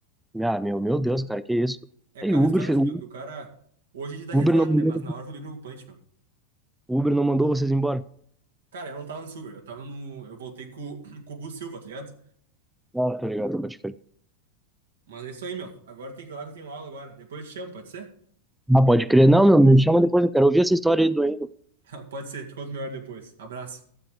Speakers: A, in the centre; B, on the right.
A: né? Ah, meu, meu Deus, cara, que isso?
B: É
A: Tá
B: cada
A: Aí o Uber,
B: história
A: fez-
B: assim,
A: o
B: meu, que o cara. Hoje a gente dá
A: Uber
B: risada,
A: não mandou,
B: né? Mas na hora foi bem preocupante, meu.
A: o Uber não mandou vocês embora.
B: Cara, eu não tava no Uber, eu tava no. Eu voltei com, <clears throat> com o Gu Silva, tá ligado?
A: Ah, tô ligado, pode crer.
B: Mas é isso aí, meu. Agora tem que ir lá que eu tenho aula agora. Depois eu te chamo, pode ser?
A: Ah, pode crer. Não, meu, me chama depois, eu quero ouvir essa história aí do Endo.
B: <laughs> Pode ser, te conto melhor depois. Abraço.